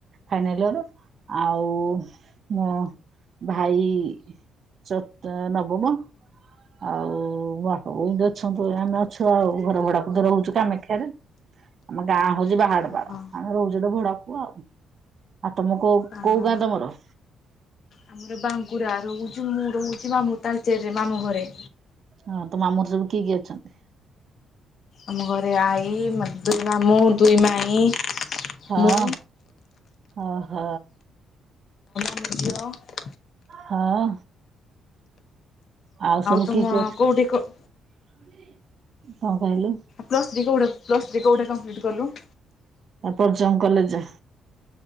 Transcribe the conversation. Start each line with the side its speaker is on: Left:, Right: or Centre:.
Right: ଫାଇନାଲ ଇୟର ଆଉ ମୋ ଭାଇ ଚ ତା ନବମ। ଆଉ ମୋ ବାପା ବୋଉ ଅଛନ୍। ଆମେ ଅଛୁ ଆଉ ଘର ଭଡ଼ାକୁ ତ ରହୁଛୁ କାମାକ୍ଷାରେ। ଆମ ଗାଁ ହଉଛି ବାହାଡ଼ପାଳ
Left: ଓହୋ
Right: ଆମେ ରହୁଛୁ ତ ଭଡ଼ାକୁୁ ଆଉ। ଆଉ ତମ କୋଉ
Left: ଓହୋ
Right: କୋଉ ଗାଁ ତମର?
Left: ଆମର ବାଙ୍କୁରା ରହୁଛି ମୁଁ ରହୁଛି ମାମୁଁ ତାଳଚେରରେ ମାମୁଁ ଘରେ।
Right: ହଁ ତ ମାମୁଁର ସବୁ କିଏ କିଏ ଅଛନ୍ତି?
Left: ଆମ ଘରେ ଆଈ ଦୁ ମାମୁଁ ଦୁଇ ମାଇଁ।
Right: ହଁ
Left: ମୁଁ
Right: ଓହ।
Left: <unintelligible>
Right: ହଁ। ଆଉ ସବୁ
Left: ତୁମ
Right: କିଏ କିଏ ଅଛ କଣ
Left: କୋଉଠି
Right: କହିଲୁ?
Left: ପ୍ଲସ ଥ୍ରୀ କଉଠି ପ୍ଲସ ଥ୍ରୀ କଉଠି କମ୍ପ୍ଲିଟ କଲୁ?
Right: ପର୍ଜଙ୍ଗ କଲେଜ